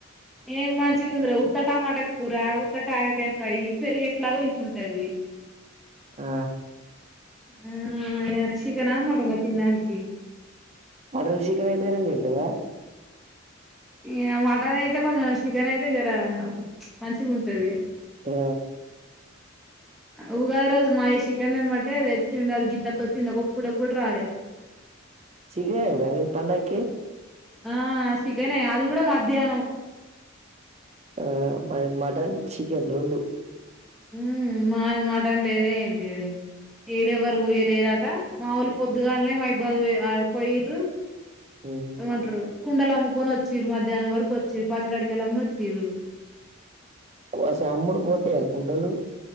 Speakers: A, in the centre; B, on the right.
A: ఏం మంచిది ఉందిరా ఉత్త టమాటా కూర ఉత్త కారకాయ ఫ్రై పెరుగు ఎట్లాగో ఇంట్లుంటది
B: ఆ
A: ఆ చికెన్ ఆ మటన్ ఆ తినడానికి
B: పడ విషికమ అయితేనే తంటవ
A: ఈ మటన్ అయితే కొంచెం చికెన్ అయితే జర మంచిగా ఉంటది
B: ఆ
A: ఉగాది రోజు మాయేసికన్ తేమ్మంటే తెచ్చిండు అది గితత్త వచ్చింది ఒకపూట కూడా రాలే
B: సికేనా మీకు పండక్కి
A: ఆసికెనే అది కూడా మధ్యాహ్నం
B: ఆ మాది మటన్ చికెన్ రెండు
A: ఉ మాది మాటన్ లేదు ఏం లేదు ఈడ ఎవరు కొయ్యలేదట మా వొళ్ళు పొద్దుగాలనే మైబాద్ పోయిర్రు
B: ఉమ్.
A: ఏమంటర్రు కుండలు అమ్ముకొని వచ్చిరు మధ్యాహ్నం వరకు వచ్చిరు పచ్చలాడికలమ్మీ వచ్చిరు
B: ఆస అమ్ముడు పోతయా కుండలు